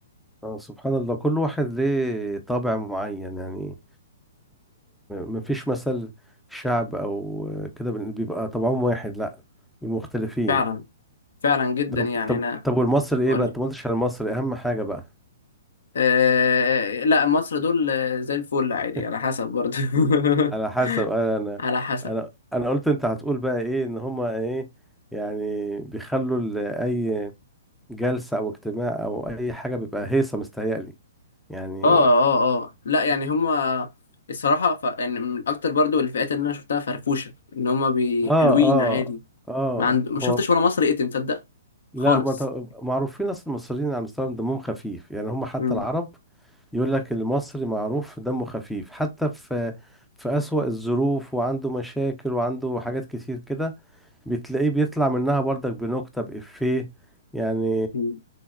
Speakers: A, in the centre; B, on the left (about 75°).
A: اه سبحان الله كل واحد ليه طابع معين يعني ما فيش مثل شعب او كده بن- بيبقى طبعهم واحد لا بيبقوا مختلفين
B: فعلا فعلا جدا
A: طب
B: يعني
A: طب
B: انا
A: طب والمصري ايه
B: اقول
A: بقى انت
B: لك.
A: ما قلتش على المصري اهم حاجه بقى
B: أه لا مصر دول آه، زي الفل عادي
A: <laughs>
B: على حسب برضه
A: على
B: <laughs>
A: حسب انا انا
B: على حسب
A: انا انا قلت انت هتقول بقى ايه ان هما ايه يعني بيخلوا ال- اي جلسه او اجتماع او اي حاجه بيبقى هيصه مستهيألي يعني
B: اه اه اه لا يعني هما الصراحة ف... يعني من أكتر برضو الفئات اللي أنا شفتها فرفوشة إن هما بي...
A: اه
B: حلوين
A: اه
B: عادي
A: اه
B: ما عند... ما
A: هو
B: شفتش ولا مصري يتم تصدق
A: لا
B: خالص
A: هم معروفين اصلا المصريين على مستوى دمهم خفيف يعني هم حتى
B: مم.
A: العرب يقول لك المصري معروف دمه خفيف حتى في في أسوأ الظروف وعنده مشاكل وعنده حاجات كتير كده بتلاقيه بيطلع منها برضك بنكتة بإفيه يعني
B: مم.